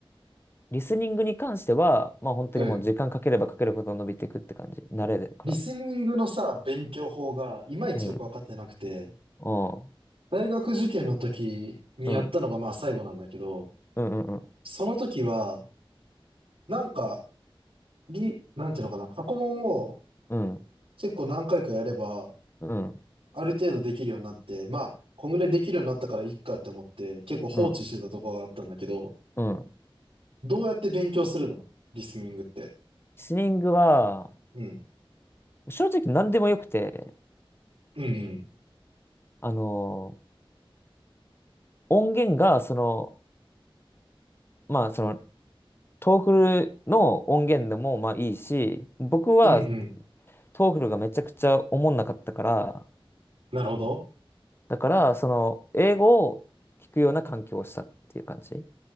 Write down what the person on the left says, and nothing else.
リスニングに関しては、まあ本当にもう時間かければかけるほど伸びていくって感じ。
慣れだから。
うん。うん。
うん。うん。うんうん。
うん。
う
ん。うん。
リスニングは、
正直何でもよくて、
あの、音源が、その、まあ、そのトーフルの音源でもまあいいし、僕は
トーフルがめちゃくちゃおもんなかったから、
だからその英語を聞くような環境をしたっていう感じ。も